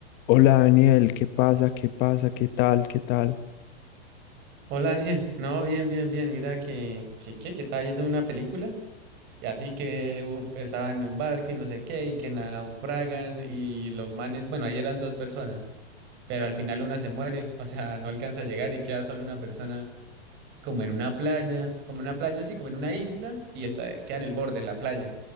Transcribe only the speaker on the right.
Hola Ángel, no, bien, bien, bien, mira que, que, que, que estaba viendo una película y así que uh, estaba en un barco y no sé qué, y que naufragan y los manes, bueno, ahí eran dos personas, pero al final una se muere, o sea, no alcanza a llegar y queda solo una persona como en una playa, como en una playa, sí, como en una isla, y está, queda en el borde de la playa.